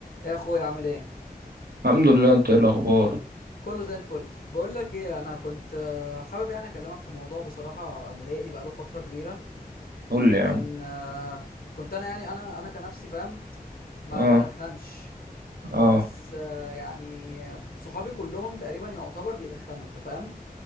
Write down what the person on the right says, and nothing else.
الحمد لله انت ايه الاخبار
قول لي يا
عم
اه
اه